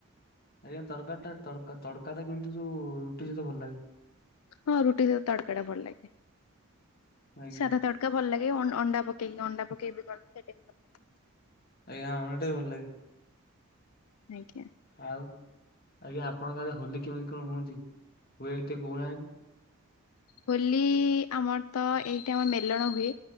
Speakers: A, on the left; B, on the left.
A: ଆଜ୍ଞା ତରକାରୀ ଟା ତ ତଡ଼କା ଟା କିନ୍ତୁ ଯୋଉ ରୁଟି ସହିତ ଭଲ ଲାଗେ।
B: ହଁ ରୁଟି ସହିତ ତଡକା ଟା ଭଲ ଲାଗେ
A: ଆଜ୍ଞା
B: ସାଧା ତଡ଼ କା ଭଲ ଲାଗେ ଅଣ୍ଡା ପକେଇକି ଅଣ୍ଡା ପକେଇକି ବି କରନ୍ତି ସେଇଟା ବି ଲାଗେ
A: ଆଜ୍ଞା ହଁ ଅଣ୍ଡା ଟା ବି ଭଲ ଲାଗେ।
B: ଆଜ୍ଞା!
A: ଆଉ ଆଜ୍ଞା ଆପଣଙ୍କ ଆଡ଼େ ହୋଲି କେମିତି କଣ ହୁଅନ୍ତି ହୁଏ ଟେ କହୁନାହାନ୍ତି?
B: ହୋଲି ଆମର ତ ଏଇଟା ଆମ ମେଲଣ ହୁଏ